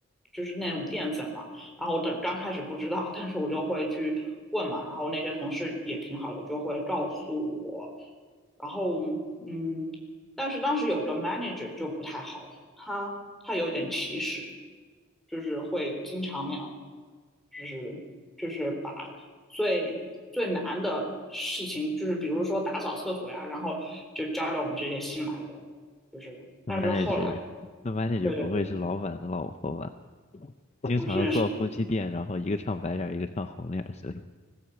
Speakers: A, in the centre; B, on the left (about 30°).
A: 就是那种淀粉嘛。然后我的刚开始不知道，但是我就会去问嘛。然后那些同事也挺好的，就会告诉我。然后嗯，但是当时有一个 manager 就不太好，他他有一点歧视，就是会经常那样，就是就是把最最难的事情，就是比如说打扫厕所呀，然后就交给我们这些新来的。就是，
B: 那
A: 但是后来，
B: manager，那 manager
A: 对对对，
B: 不会是老板的老婆吧？经常做夫妻店，
A: 但是是是
B: 然后一个唱白脸儿一个唱红脸儿之类